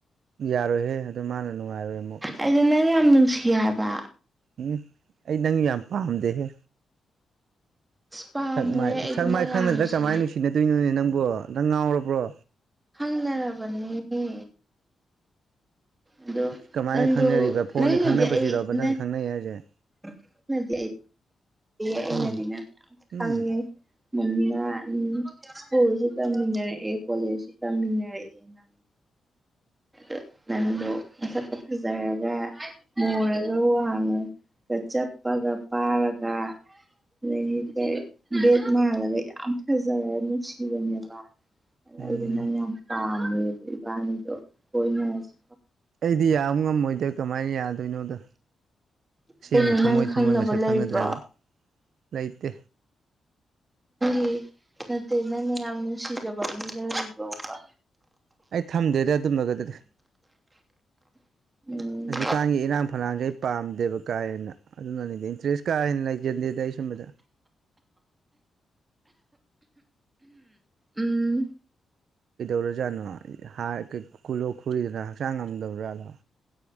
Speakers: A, on the right; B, on the right.
A: ꯌꯥꯔꯣꯏꯍꯦ ꯑꯗꯨ ꯃꯥꯅ ꯅꯨꯡꯉꯥꯏꯔꯣꯏ ꯑꯃꯨꯛ
B: ꯑꯩꯗꯣ ꯅꯪ ꯌꯥꯝ ꯅꯨꯡꯁꯤ ꯍꯥꯏꯕ
A: ꯎꯝ ꯑꯩ ꯅꯪ ꯌꯥꯝ ꯄꯥꯝꯗꯦꯍꯦ
B: ꯑꯁ ꯄꯥꯝꯃꯣꯏꯍꯦ
A: ꯁꯛ ꯃꯥꯏ
B: ꯑꯩꯗꯤ
A: ꯁꯛ
B: ꯅꯪ
A: ꯃꯥꯏ
B: ꯌꯥꯝ
A: ꯈꯪꯅꯗ꯭ꯔꯥ
B: ꯅꯨꯡꯁꯤꯌꯦ
A: ꯀꯃꯥꯏꯅ ꯅꯨꯡꯁꯤꯅꯗꯣꯏꯅꯣꯅꯦ ꯅꯪꯕꯨ ꯅꯪ ꯉꯥꯎꯔꯕ꯭ꯔꯣ
B: ꯈꯪꯅꯔꯕꯅꯦ <unintelligible> ꯑꯗꯣ
A: ꯀꯃꯥꯏꯅ
B: ꯅꯪꯗꯨ
A: ꯈꯪꯅꯔꯤꯕ ꯐꯣꯟꯗ
B: ꯅꯪꯅꯗꯤ
A: ꯈꯪꯅꯕꯁꯤꯔꯣꯕ
B: ꯑꯩ
A: ꯅꯪ
B: ꯅ
A: ꯈꯪꯅꯩ ꯍꯥꯏꯖꯦ
B: <unintelligible> ꯑꯩꯅꯗꯤ
A: ꯎꯝ
B: ꯅꯪ
A: ꯎꯝ
B: ꯈꯪꯉꯦ ꯃꯨꯟꯅ ꯁ꯭ꯀꯨꯜꯁꯨ ꯇꯝꯃꯤꯟꯅꯔꯛꯑꯦ ꯀꯣꯂꯦꯖꯁꯨ ꯇꯝꯃꯤꯟꯅꯔꯛꯑꯦ ꯅꯪ ꯑ ꯅꯪꯗꯣ ꯃꯁꯠꯄ ꯐꯖꯔꯒ ꯃꯨꯔꯒ ꯋꯥꯡꯉꯒ ꯆꯞꯄꯒ ꯄꯥꯔꯒ ꯑꯗꯒꯤ ꯀꯩ ꯕꯦꯠ ꯃꯥꯜꯂꯒ ꯌꯥꯝ ꯐꯖꯔ ꯅꯨꯡꯁꯤꯕꯅꯦꯕ ꯑꯗ
A: ꯎꯝ
B: ꯑꯩꯗꯣ ꯅꯪ ꯌꯥꯝ ꯄꯥꯝꯃꯦ ꯑꯗꯣ ꯏꯕꯥꯅꯤꯗꯣ ꯀꯣꯏꯅꯔꯁꯦ
A: ꯑꯩꯗꯤ ꯌꯥꯕ ꯉꯝꯃꯣꯏꯗ ꯀꯃꯥꯏꯅ ꯌꯥ ꯀꯥꯢꯗꯩꯩꯅꯣꯗ ꯑꯁꯦꯡꯕ
B: ꯀꯩꯅꯣ
A: ꯊꯃꯣꯏ
B: ꯅꯪ ꯈꯪꯅꯕ
A: ꯊꯃꯣꯏ ꯃꯁꯛ
B: ꯂꯩꯕ꯭ꯔꯣ
A: ꯈꯪꯅꯗ꯭ꯔꯒ ꯂꯩꯇꯦ
B: ꯅꯪꯒꯤ ꯅꯠꯇꯦ ꯅꯪꯅ ꯌꯥꯝ ꯅꯨꯡꯁꯤꯖꯕ ꯃꯤꯒ ꯂꯩꯕ꯭ꯔꯣꯕ
A: ꯑꯩ ꯊꯝꯗꯦꯗ ꯑꯗꯨꯝꯕꯒꯗꯨꯗꯤ
B: <unintelligible>
A: ꯍꯧꯖꯤꯛꯀꯥꯟꯒꯤ ꯏꯔꯥꯡ ꯐꯂꯥꯡꯁꯦ ꯑꯩ ꯄꯥꯝꯗꯦꯕ ꯀꯥ ꯍꯦꯟꯅ ꯑꯗꯨꯅꯅꯤꯗ ꯏꯟꯇꯔꯦꯁ ꯀꯥ ꯍꯦꯟꯅ ꯂꯩꯖꯗꯦꯗ ꯑꯩ ꯁꯨꯝꯕꯗ
B: <inaudible> ꯎꯝ <unintelligible>
A: ꯀꯩꯗꯧꯔꯖꯥꯠꯅꯣ ꯍꯔꯤꯗꯨꯅ ꯂꯣꯛ ꯈꯨꯔꯤꯗꯨꯅ ꯍꯛꯆꯥꯡ ꯉꯝꯗ꯭ꯔꯕꯖꯥꯠꯂꯣ